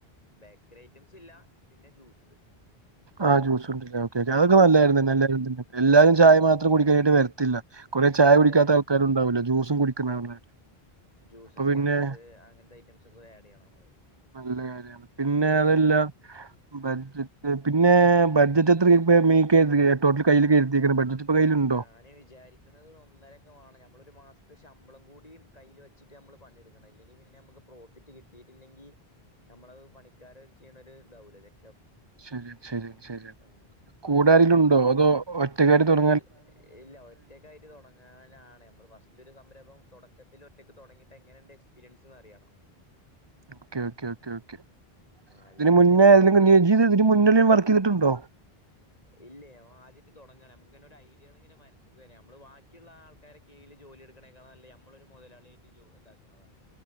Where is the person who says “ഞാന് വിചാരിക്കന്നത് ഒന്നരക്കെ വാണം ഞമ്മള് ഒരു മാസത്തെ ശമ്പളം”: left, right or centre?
Left